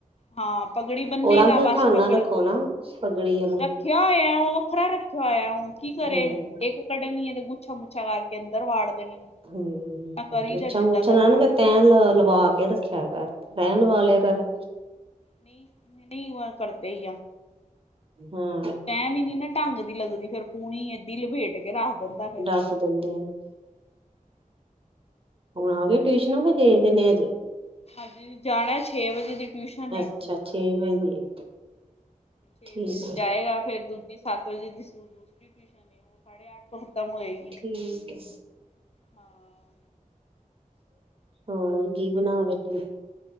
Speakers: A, on the left; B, on the right.
A: ਹਾਂ ਪਗੜੀ ਬੰਨੇਗਾ,
B: ਉਹ ਅਲੱਗ
A: ਬਸ
B: ਖਾਨਾ
A: ਪਗੜੀ
B: ਰੱਖੋ ਨਾ ਪਗੜੀ ਵਾਲਾ
A: ਕਿਆ ਹੋਇਆ, ਉਹ ਵੱਖਰਾ ਰੱਖਿਆ ਹੋਇਆ ਹੁਣ। ਕੀ ਕਰੇ,
B: ਹਮ
A: ਇੱਕ ਕੱਢਣੀ ਆ ਤੇ ਗੁੱਛਾ- ਮੁੱਛਾ ਕਰਕੇ ਅੰਦਰ ਵਾੜ ਦੇਣੀ।
B: ਹਮ,
A: ਮੈਂ ਕਰੀ
B: ਗੁਛਾ-
A: ਜਾ ਜਿੱਦਾਂ
B: ਮੁਛਾਂ
A: ਕਰਨਾ
B: ਨਾ ਨ
A: ਵੇ
B: ਤੈਅ ਲਵਾ ਕੇ ਛਾਬਸ, ਰਹਿਣ ਵਾਲਿਆ ਕਰ।
A: ਨਹੀਂ- ਨਹੀਂ ਕਰਦੇ ਈ ਆ
B: ਹਾਂ
A: ਉ ਟੈਮ ਈ ਨੀ ਨਾ। ਢੰਗ ਦੀ ਲੱਗਦੀ ਫੇਰ ਪੂਣੀ ਏਦੀ ਲਪੇਟ ਕੇ ਰੱਖ ਦਿੰਦਾ ਹੇ।
B: ਰੱਖ ਦਿੰਦੇ ਹੁਣ ਆ ਗਏ ਟਿਊਸ਼ਨੋ ਕੇ ਗ ਦੇ ਨੇ ਹਜੇ।
A: ਹਾਂਜੀ ਜਾਣਾ, ਛੇ ਵਜੇ ਦੀ ਟਿਊਸ਼ਨ ਨੇ।
B: ਅੱਛਾ ਛੇ ਵਜੇ ਦੀ ਹੈ
A: ਛੇ
B: ਠੀਕ
A: ਵਜੇ
B: ਹੈ
A: ਜਾਏਗਾ, ਫੇਰ ਦੂਜੇ ਸਤ ਵਜੇ ਦੂਸਰੀ ਟਿਊਸ਼ਨ ਐ, ਉਹ ਸਾਡ ਅਠ ਕੋ ਖਤਮ ਹੋਏਗੀ।
B: ਠੀਕ ਐ।
A: ਹਾਂ!
B: ਹੋਰ ਕੀ ਬਣਾ ਬੈਠੇ।